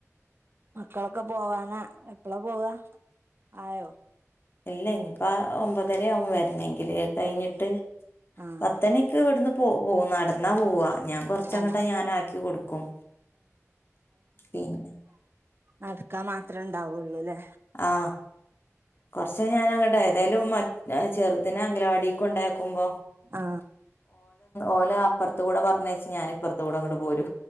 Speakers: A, on the right (about 45°); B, on the left (about 45°).
A: മക്കളൊക്കെ പോവാനാ, എപ്പളാ പോവ, ആയോ?
B: ഇല്ല ഇനിപ്പ ഒൻപതരാവും വെരന്നെങ്കിൽ. ഇതെ കഴിഞ്ഞിട്ട്,
A: ഏഹ് ആഹ്
B: പത്തണിക്ക് ഇവിടുന്ന് പോ പോവും. നടന്നാ പോവാ. ഞാൻ കൊറച്ചങ്ങട്ടാ
A: ഏഹ്
B: ഞാനാക്കി കൊടുക്കും. പിന്നെ
A: നടക്കാ മാത്രം ണ്ടാവുള്ളൂലെ?
B: ആ കൊറച്ചയ്ഞാല ങ്ങട്ട് ഏതായാലും ചെറുതനെ അങ്കലവാടി ക്കൊണ്ടാക്കുമ്പോ
A: ആ.
B: ഓലെ അപ്പർത്ത്കൂടെ പറഞ്ഞേച്ച് ഞാനിപ്പർത്ത് കൂടെ ഓടും. പോരും.